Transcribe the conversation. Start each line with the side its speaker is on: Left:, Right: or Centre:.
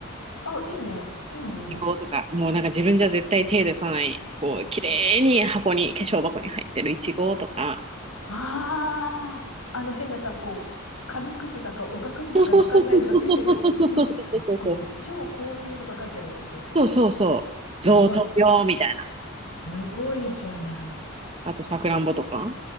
Left: あ、いいね。いいね、いいね。
Right: いちごとかもうなんか自分じゃ絶対手入れさないこう綺麗に箱に化粧箱に入ってるいちごとか。
Left: ああ、あの変なさ、こう、紙くずだか、おがくずだかわかんないのがついてるやつ。
Right: そうそうそうそうそうそうそうそうそうそうそう
Left: うわ、すっごい、もう超高級とか書いてあるやつでしょ。
Right: そうそうそうそうそうそう贈答品みたいな。
Left: うわ、す、すごいじゃない。
Right: あと、さくらんぼとか。